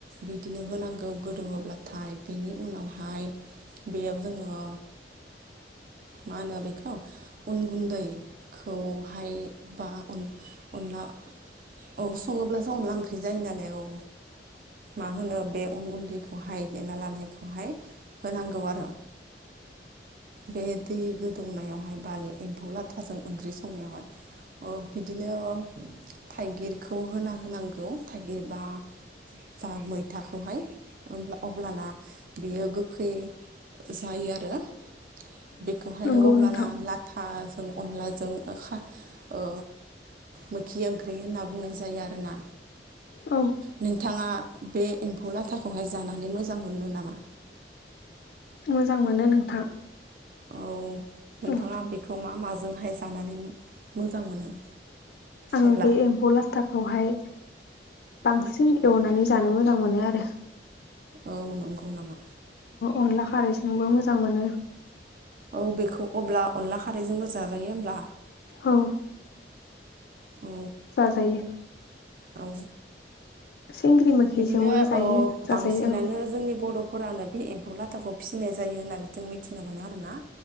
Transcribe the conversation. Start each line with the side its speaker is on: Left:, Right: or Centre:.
Right: बिदिनो होनांगौ गोदोङोब्लाथाय बिनि उनावहाय बेयाव जोङो मा होनो बेखौ उन गुन्दै खौहाय बा अनला औ सङोब्लासो अनला ओंख्रि जायो नालाय औ मा होनो बे अन गुन्दैखौ हायदेना लानायखौ खौहाय होनांगौ आरो। बे दै गोदौनायावहाय बाल एम्फौ लाथाजों ओंख्रि संनायावहाय ओ बिदिनो थाइगिरखौ होना होनांगौ थाइगिरबा दा मैथाखौहाय हब्ला अब्लाना बेयो गोखै जायो आरो बेखौहाय
Left: नंगौ
Right: अब्लाना
Left: नोंथां
Right: लाथा जों अनलाजों ओ मोखि ओंख्रि होनना बुंनाय जायो आरोना।
Left: औ
Right: नोंथाङा बे एम्फौ लाथाखौहाय जानानै मोजां मोनो नामा?
Left: मोजां मोनो नोंथां।
Right: औ नोंथाङा
Left: औ
Right: बेखौ मा माजोंहाय जानानै मोजां मोनो।
Left: आं
Right: अब्ला
Left: बे एम्फौ लाथाखौहाय बांसिन एवनानै जानो मोजां मोनो आरो।
Right: औ नंगौ नामा
Left: अनला खारैजोंबो मोजां मोनो।
Right: औ बेखौ अब्ला अनला खारैजोंबो जाजायो होमब्ला?
Left: औ
Right: औ
Left: जाजायो।
Right: औ
Left: सिंग्रि मोखिजोंबो
Right: बिदिनो
Left: जायो
Right: अह
Left: जाजायो
Right: बांसिनानो जोंनि बर'फोरानो बि बेखौ लाथाखौ फिसिनाय जायो होननानै जों मिथिनो मोनो आरो ना